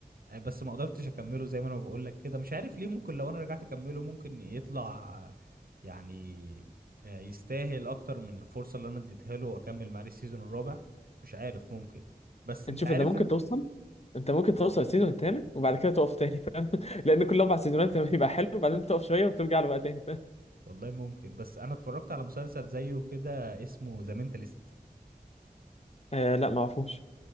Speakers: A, on the right; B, on the left.
A: آه، بس ما قدرتش اكمله زي ما انا بقول لك كده مش عارف ليه ممكن لو انا رجعت اكمله ممكن يطلع آه، يعني آه، يستاهل اكتر من الفرصة اللي انا اديتها له واكمل معاه السيزون الرابع مش عارف ممكن بس
B: انت
A: انت
B: شوف
A: عارف
B: انت ممكن
A: انت
B: توصل انت ممكن توصل السيزون الثامن وبعد كده تقف تاني فاهم <laughs> لان كل اربع سيزونات يبقى حلو وبعدين تقف شويه وترجع له بقى تاني فاهم
A: والله ممكن بس انا اتفرجت على مسلسل زيه كده اسمه ذا مينتالست
B: آه لا ما اعرفوش